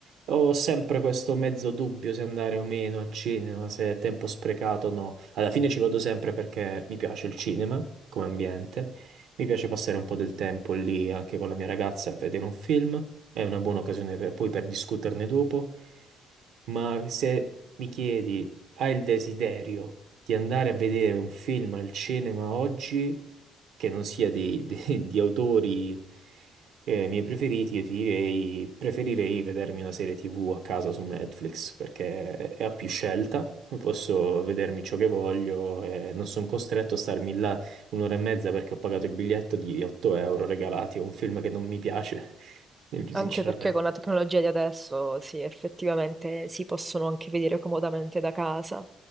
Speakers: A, on the right; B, on the right.
A: Ho sempre questo mezzo dubbio se andare o meno al cinema, se è tempo sprecato o no. Alla fine ci vado sempre perché mi piace il cinema come ambiente, mi piace passare un po' del tempo lì anche con la mia ragazza a vedere un film è una buona occasione per- poi per discuterne dopo, ma se mi chiedi, hai il desiderio di andare a vedere un film al cinema oggi che non sia di, <laughs> di- di autori eh, miei preferiti, io ti direi, preferirei vedermi una serie TV a casa su Netflix perché ho più scelta, posso vedermi ciò che voglio e non sono costretto a starmi là un'ora e mezza perché ho pagato il biglietto di 8 euro regalati a un film che non mi piace
B: <laughs>
A: eh,
B: Anche
A: Sinceramente.
B: perché con la tecnologia di adesso, sì, effettivamente si possono anche vedere comodamente da casa.